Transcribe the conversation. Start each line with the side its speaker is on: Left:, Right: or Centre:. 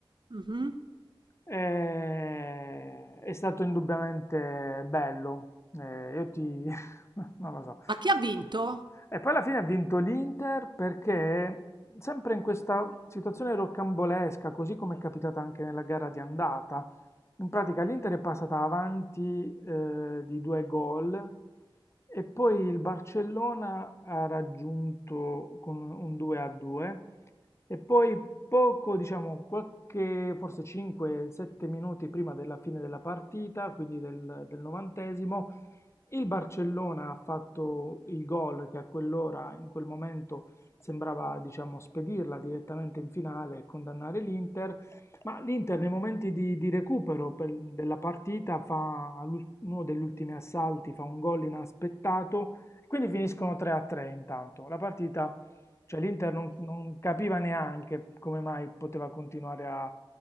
Right: Mhm.
Left: eh, è stato indubbiamente bello. Eh, io ti, <laughs> non lo so,
Right: Ma chi ha vinto?
Left: e poi alla fine ha vinto l'Inter perché, sempre in questa situazione rocambolesca, così come è capitata anche nella gara di andata, in pratica l'Inter è passata avanti eh, di due gol e poi il Barcellona ha raggiunto con un 2 a 2 e poi poco, diciamo, qualche, forse 5-7 minuti prima della fine della partita, quindi del, del novantesimo, il Barcellona ha fatto il gol che a quell'ora, in quel momento, sembrava, diciamo, spedirla direttamente in finale e condannare l'Inter, ma l'Inter nei momenti di, di recupero per- della partita fa l'ul- uno degli ultimi assalti, fa un gol inaspettato, quindi finiscono 3-3 intanto. La partita, cioè l'Inter non, non capiva neanche come mai poteva continuare a,